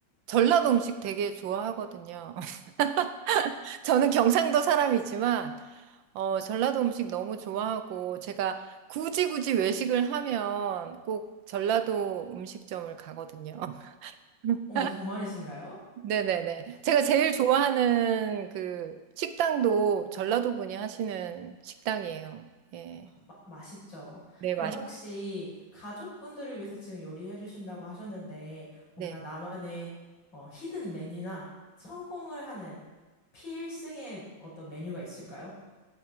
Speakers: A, on the right; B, on the left.
A: 전라도 음식 되게 좋아하거든요. <laughs> 저는 경상도 사람이지만, 어, 전라도 음식 너무 좋아하고, 제가 굳이 굳이 외식을 하면 꼭 전라도 음식점을 가거든요. <laughs>
B: 어머, 정말이신가요?
A: 네네네. 제가 제일 좋아하는 그 식당도 전라도 분이 하시는 식당이에요. 예.
B: 마- 맛있죠.
A: 네,
B: 그럼
A: 맛있,
B: 혹시 가족분들을 위해서 지금 요리해 주신다고 하셨는데, 뭔가
A: 네.
B: 나만의 어, 히든 메뉴나 성공을 하는 필승의 어떤 메뉴가 있을까요?